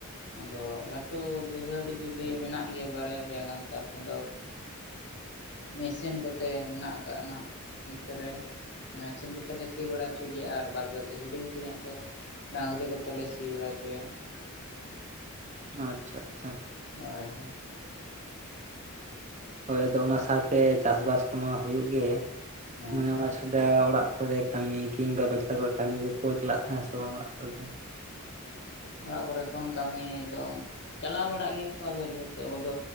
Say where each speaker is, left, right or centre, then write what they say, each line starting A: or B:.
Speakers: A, on the left (about 50°); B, on the right (about 35°).
A: ᱟᱫᱚ ᱞᱟᱹᱴᱩ ᱵᱟᱹᱭᱦᱟᱹᱲ ᱡᱩᱫᱤ ᱢᱮᱱᱟᱜ ᱜᱮᱭᱟ ᱵᱟᱨᱭᱟ ᱯᱮᱭᱟ ᱜᱟᱱ ᱛᱟ <unintelligible> ᱼᱼ ᱟᱫᱚ ᱢᱮᱥᱤᱱ ᱠᱚᱛᱮ ᱢᱮᱱᱟᱜ ᱟᱠᱟᱟᱜᱼᱟ ᱱᱷᱟᱜ ᱚᱱᱛᱮ ᱨᱮ, ᱢᱮᱥᱤᱱ ᱠᱚᱛᱮ ᱞᱮ ᱥᱤ ᱵᱟᱲᱟ ᱦᱚᱪᱚᱭ ᱜᱮᱭᱟ ᱟᱨ ᱵᱟᱫᱽ ᱵᱟᱹᱠᱤ ᱦᱩᱰᱤᱧ ᱦᱩᱰᱤᱧᱟᱻᱜ ᱫᱚᱼᱼ ᱰᱟᱝᱨᱤ ᱠᱚᱛᱮ ᱞᱮ ᱥᱤ ᱵᱟᱲᱟ ᱚᱪᱚᱭᱟ᱾
B: ᱟᱪᱪᱷᱟ ᱟᱪᱪᱷᱟ᱾
A: ᱦᱚᱭ ᱦᱚᱭᱼᱼ
B: ᱦᱚᱭ ᱟᱫᱚ ᱚᱱᱟ ᱥᱟᱶᱛᱮ ᱪᱟᱥᱼᱵᱟᱥ ᱠᱚᱢᱟ ᱦᱩᱭᱩᱜ ᱜᱮ
A: ᱦᱮᱸ
B: ᱢᱟᱱᱮ ᱚᱱᱟ ᱪᱷᱟ <unintelligible> ᱼᱼ <unintelligible> ᱚᱲᱟᱜ ᱠᱚᱨᱮ ᱠᱟᱹᱢᱤ ᱠᱤᱝᱵᱟ ᱵᱟᱡᱟᱨ ᱠᱚᱨᱮ ᱠᱟᱹᱢᱤ ᱫᱚᱠ ᱚ ᱪᱟᱞᱟᱜ ᱛᱟᱦᱮᱸᱜ ᱟᱥᱮ ᱵᱟᱝ ᱚᱲᱟᱜ ᱦᱚᱲ ᱫᱚ?
A: ᱚᱲᱟᱜ ᱠᱚᱨᱮ ᱠᱷᱚᱱ ᱠᱟᱹᱢᱤ ᱫᱚ, ᱪᱟᱞᱟᱣ ᱵᱟᱲᱟᱜ ᱜᱮᱭᱟ ᱠᱚ ᱟᱫᱚ ᱡᱮᱦᱮᱛᱩ ᱟᱵᱚ ᱫᱚᱼᱼ